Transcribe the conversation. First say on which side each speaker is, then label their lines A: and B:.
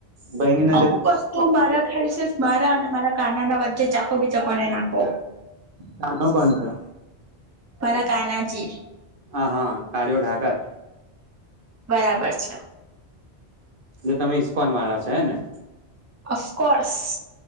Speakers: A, on the right; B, on the right.
A: ભઈની ન
B: અમુક વસ્તુ મારા ખ્યાલથી મારા અને મારા કાનાના વચ્ચે જ રાખો બીજા કોઈ ન નાખો. <inaudible>
A: કાનો કોન છે?
B: મારા કાનાજી.
A: હા હા કાળીઓ ઢાકર.
B: બરાબર છે.
A: જો તમે ઈસ્કોન વાળા છો હેને?
B: અફકોઝ.